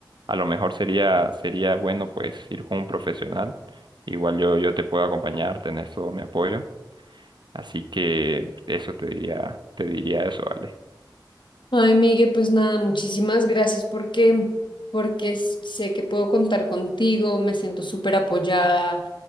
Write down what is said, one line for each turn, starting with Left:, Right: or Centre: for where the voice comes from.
Right: a lo mejor sería, sería bueno pues ir con un profesional. Igual yo, yo te puedo acompañar, tenés todo mi apoyo. Así que eso te diría, te diría eso, Ale.
Left: Ay, Migue pues nada, muchísimas gracias porque, porque s- sé que puedo contar contigo, me siento súper apoyada,